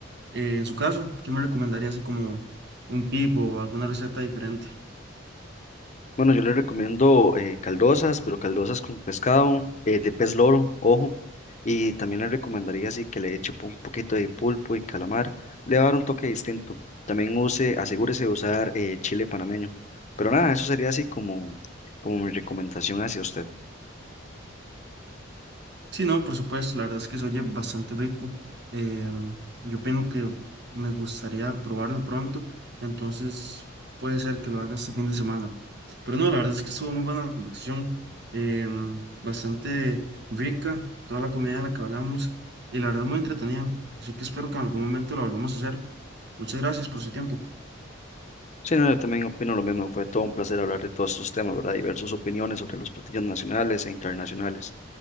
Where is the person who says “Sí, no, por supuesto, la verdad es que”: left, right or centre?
Right